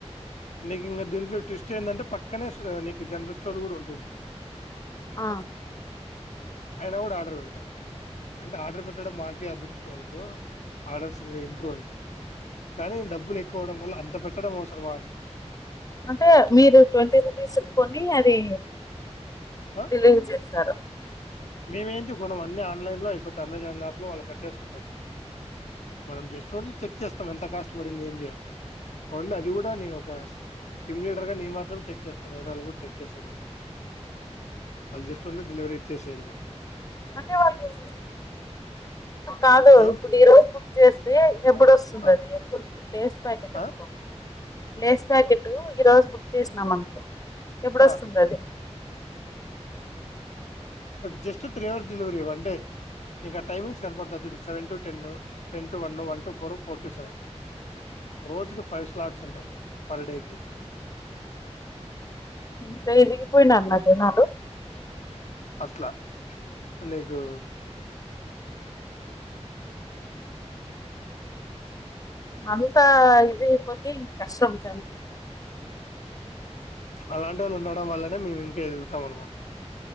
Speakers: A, on the left; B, on the left.
A: నీకు ఇంక దింట్లో ట్విస్ట్ ఏందంటే పక్కనే స నీకు జనరల్ స్టోర్ కూడా ఉంటుంది
B: ఆ
A: అయనా కూడా ఆర్డర్ పెడతాడు అంటే ఆర్డర్ పెట్టడం మాకే అదృష్టం అనుకో ఆర్డర్స్ ఇంగా ఇంప్రూవ్ అయిపెయ్ కానీ డబ్బులు ఎక్కువడం వల్ల అంతట్టి కట్టడం అవసరమా అని
B: అంటే మీరు ట్వంటీ రూపీస్ చెప్పుకోండి అది
A: ఆ?
B: డెలివెరీ జేస్తారు
A: మేమేంటి గుం అన్ని ఆన్లైన్ లో అయిపోతే అమెజాన్ యాప్ లో వాళ్ళు కట్టేసుకుంటారు మనం జస్ట్ ఓన్లీ చెక్ చేస్తాం ఎంత కాష్టపడింది ఏ అని ఓన్లీ అది కూడా నే ఒక టీమ్ లీడర్ గా నేనే మాత్రమే చెక్ చేస్తాను వేరే వాళ్ళు చెక్ చేసేకి ఉండదు అల్ జస్ట్ ఓన్లీ డెలివరీ ఇత్యే ఇల్
B: అదే వాళ్ళు కాదు
A: ఆ
B: ఇప్పుడు ఈ రోజు బుక్ చేస్తే ఎబ్బుడొస్తుందది
A: ఆ
B: ఎ కురుకు లేస్ ప్యాకెట్ అనుకో
A: ఆ
B: లేేస్ ప్యాకెటు ఈ రోజు బుక్ చేసినాం అనుకో ఎప్పుడొస్తుందది
A: ఆ just three hours delivery one day నీకు టైమింగ్స్ కనపడతాది జూడి seven to ten ten to one one to four four to seven రోజుకి ఫైవ్ స్లాట్స్ ఉంటాయి పర్ డేకి
B: ఇంత <unintelligible>
A: అట్లా' నీకు
B: అంత ఇది ఐపోతే కష్టం శానా
A: అలాంటి వాళ్ళు ఉండడం వల్లనే మేము ఇంక ఎదుగుతాం అనమాట